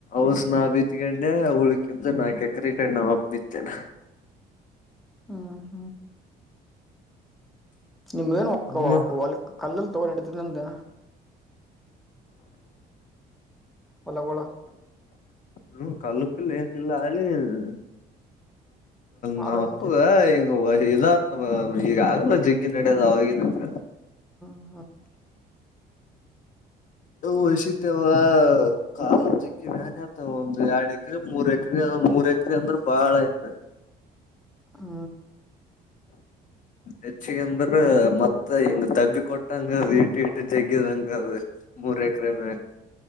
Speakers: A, on the left; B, in the centre.
A: ಹಸ್ ನಾ ಬಿತ್ಕಂಡೆ ಹ ಉಳ್ಕಂದುು ನಾಲ್ಕ ಎಕ್ರ ಕಂಡ್ ನಮ್ಮ್ ಅಪ್ಪ ಬಿತ್ತೇನ
B: ಹಾ ನಿಮ್ ನು ಒ
A: ಹ್ಮ
B: ಒ ಒ ಕಲ್ಲಲ್ಲಿ ತೋ ಎಡಿತೀನಿ ಅಂದ ಹೊಲಗೋಳ
A: ಹ್ಮ ಕಲ್ಲಪಿಲ್ಲ ಏನಿಲ್ಲ ಅಲ್ಲಿಂತ
B: ಪಾಡ
A: ನ
B: ನಿಮ್ದೆ
A: ಅಪ್ಪಗ ಓ ಇದ ತವ ಈಗ ಆಗಲ್ಲ ಜಿಗ್ಗಿ ನಡ್ಯೋದ ಅವಾಗಿ ನಂಗೆ
B: ಹಾ
A: ವಐಶತ್ಯವಾ ಕಾಲ ಅ ವ್ಯ್ಯಾನ್ ಆತ ಒಂದು ಎರಡ್ ಎಕ್ರ ಮೂರ್ ಎಕ್ರ ಮೂರ್ ಎಕ್ರ ಅಂದ್ರೆ ಬಾಳ ಆಯತ
B: ಹಾ
A: ಹೆಚ್ಚಿಗೆ ಅಂದ್ರ ಮತ್ತ ಹಿಂಗ ದಬ್ಬಿ ಕೊಟ್ಟಂಗ ಇಟ್ಟ ಇಟ್ಟ ಜಗ್ಗದಂಗದು ಮೂರ್ ಎಕರೆ ಮ